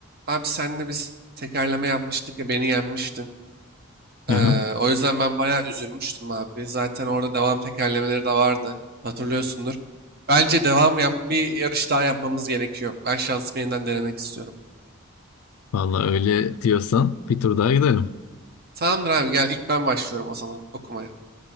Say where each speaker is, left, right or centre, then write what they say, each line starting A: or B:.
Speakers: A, on the right; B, on the left.
A: Abi senle biz tekerleme yapmıştık ya beni yenmiştin. Ee,
B: Aha,
A: o yüzden ben bayağı üzülmüştüm abi. Zaten orada devam tekerlemeleri de vardı. Hatırlıyorsundur. Bence devam yap bir yarış daha yapmamız gerekiyor. Ben şansımı yeniden denemek istiyorum.
B: vallahi öyle diyorsan bir tur daha gidelim.
A: Tamamdır abi gel ilk ben başlıyorum o zaman okumaya.